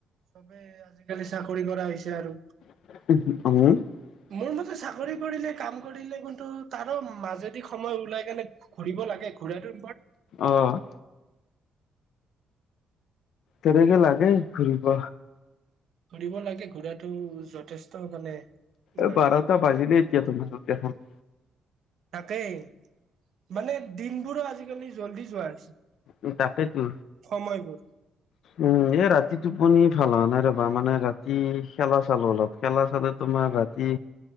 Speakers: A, on the right (about 65°); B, on the left (about 75°).
A: চবে আজিকালি চাকৰি কৰা হৈছে আৰু
B: উ,
A: মোৰ মতে চাকৰি কৰিলে কাম কৰিলে কিন্তু তাৰো মাজেদি সময় ওলাই কেনে ঘুৰিব লাগে ঘুৰাটো
B: অহ' তেনেকে লাগে ঘৰিব
A: ঘূৰিব লাগে ঘূৰাতটো যথেষ্ট মানে
B: এই
A: লাগে
B: বাৰটা বাজিলে এতিয়া দেখুন
A: তাকেই মানে দিনবোৰো আজিকালি জল্দি যোৱা হৈছে
B: উ তাকেইতো
A: সময়বোৰ
B: উম এ ৰাতি তু তুপনি ভাল হোৱা নাই ৰবা মানে ৰাতি খেলা চালো অলপ খেলা চালো তোমাৰ ৰাতি